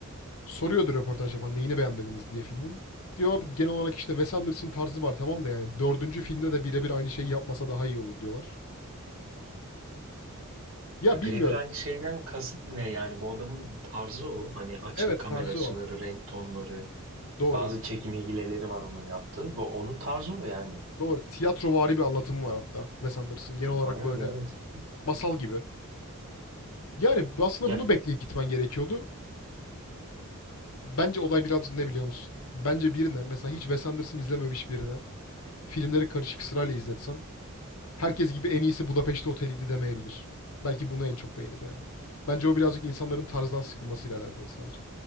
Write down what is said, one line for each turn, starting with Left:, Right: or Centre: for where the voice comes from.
Left: soruyordu röportaj yapan neyini beğenmediniz diye filmin. Diyorlardı genel olarak işte Wes Anderson tarzı var tamam da yani dördüncü filmde de birebir aynı şeyi yapmasa daha iyi olur diyorlar. Ya
Right: Birebir
Left: bilmiyorum.
Right: aynı şeyden kasıt ne yani bu adamın tarzı o hani açı
Left: Evet
Right: kamera
Left: tarzı
Right: açıları
Left: o.
Right: renk tonları
Left: Doğru.
Right: bazı çekim hileleri var onun yaptığı bu onun tarzı o yani
Left: Doğru. Tiyatrovari bir anlatımı var hatta Wes Anderson. Genel olarak
Right: Aynen,
Left: böyle
Right: evet
Left: masal gibi. Yani aslında
Right: ya,
Left: bunu bekleyip gitmen gerekiyordu. Bence olay birazcık ne biliyor musun? Bence birine mesela hiç Wes Anderson izlememiş birine filmleri karışık sırayla izletsen herkes gibi en iyisi Budapeşte Oteli'ydi demeyebilir. Belki bunu en çok beğenir yani. Bence o birazcık insanların tarzdan sıkılmasıyla alakalı sadece.